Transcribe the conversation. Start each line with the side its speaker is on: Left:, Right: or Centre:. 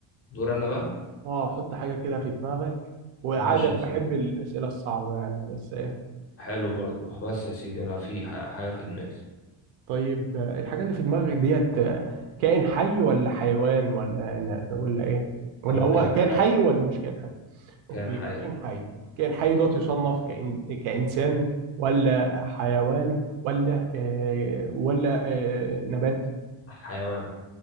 Left: دور انا بقى
Right: اه حط حاجه كده في دماغك وعادي
Left: ماشي
Right: انا
Left: يا سيدي
Right: بحب الاسئله الصعبه يعني بس ايه
Left: حلو برضو بس يا سيدي انا في ح- حاجه في دماغي
Right: طيب آه، الحاجه اللي في دماغك ديت آه، كائن حي ولا حيوان ولا ولا ايه ولا
Left: هو
Right: هو
Left: كائن
Right: كائن
Left: حي
Right: حي ولا مش كائن اوكي
Left: كائن حي
Right: كائن حي كائن حي دوت يصنف كإن... كإنسان ولا حيوان ولا آه ولا آه نبات
Left: حيوان